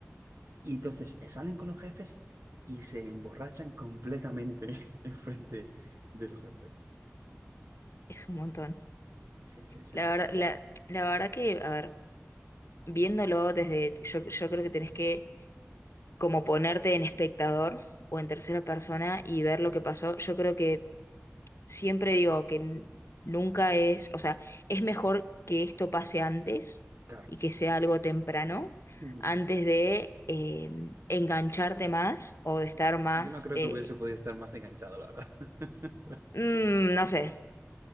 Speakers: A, on the right (about 65°); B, on the left (about 65°).
A: Y entonces eh, salen con los jefes y se emborrachan completamente <laughs> enfrente de los jefes.
B: es un montón.
A: Sí, sí, es
B: La
A: una cosa.
B: verdad, la, la verdad que, a ver, viéndolo desde, yo, yo creo que tenés que como ponerte en espectador o en tercera persona y ver lo que pasó. Yo creo que siempre digo que n- nunca es, o sea, es mejor que esto pase antes
A: Carlos.
B: y que sea algo temprano,
A: Mm.
B: antes de eh, engancharte más o de estar más,
A: Yo no creo
B: eh,
A: que hubiese podido estar más enganchado, la verdad. <laughs>
B: mm,
A: Sí,
B: no sé,